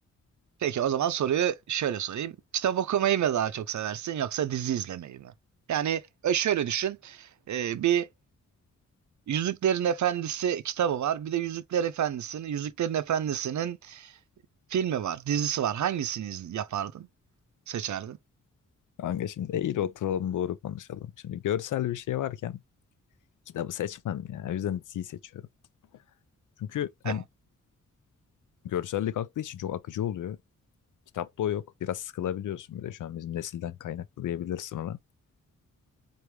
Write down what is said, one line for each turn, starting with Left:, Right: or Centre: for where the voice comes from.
Right: Peki o zaman soruyu şöyle sorayım. Kitap okumayı mı daha çok seversin yoksa dizi izlemeyi mi? Yani e, şöyle düşün. E, bir Yüzüklerin Efendisi kitabı var. Bir de Yüzükler Efendisi'nin Yüzüklerin Efendisi'nin filmi var, dizisi var. Hangisini iz- yapardın? Seçerdin?
Left: Kanka şimdi eğri oturalım doğru konuşalım. Şimdi görsel bir şey varken kitabı seçmem ya. O yüzden diziyi seçiyorum. Çünkü
Right: Eh,
Left: hem görsellik aklı için çok akıcı oluyor. Kitapta o yok. Biraz sıkılabiliyorsun bir şu an bizim nesilden kaynaklı diyebilirsin ona.